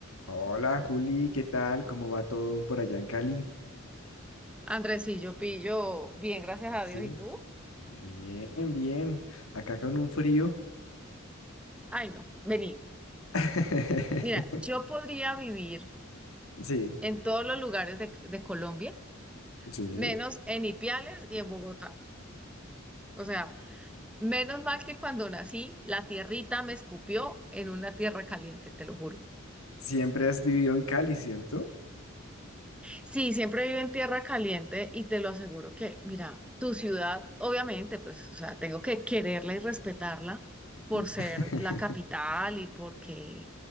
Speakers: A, on the left; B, in the centre.
A: Hola Juli, ¿qué tal? ¿Cómo va todo por allá en Cali?
B: Andrés, sí, yo pillo bien, gracias a
A: Sí,
B: Dios. ¿Y tú?
A: Bien, bien. Acá con un frío.
B: Ay, no, vení.
A: <laughs>
B: Mira, yo podría vivir
A: Sí,
B: en todos los lugares de, de Colombia,
A: sí.
B: menos en Ipiales y en Bogotá. O sea, menos mal que cuando nací, la tierrita me escupió en una tierra caliente, te lo juro.
A: siempre has vivido en Cali, ¿cierto?
B: Sí, siempre vivo en tierra caliente y te lo aseguro que, mira, tu ciudad, obviamente, pues, o sea, tengo que quererla y respetarla por
A: <laughs>
B: ser la capital y porque